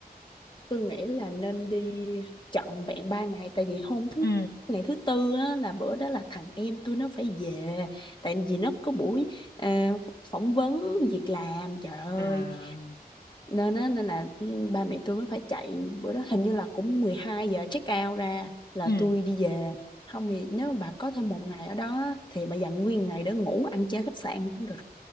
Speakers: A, on the left; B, on the left.
A: tôi nghĩ là nên đi trọn vẹn ba ngày tại vì hôm thứ
B: Ừ.
A: ngày thứ tư á, là bữa đó là thằng em tôi nó phải về tại vì nó có buổi ờ, phỏng vấn việc làm trời ơi
B: À,
A: nên á, nên là ừ, ba mẹ tôi mới phải chạy bữa đó hình như là cũng 12 giờ check out ra là
B: ừ.
A: tôi đi về không thì nếu mà bà có thêm một ngày ở đó á, thì bà dành nguyên ngày để ngủ ăn chơi khách sạn cũng được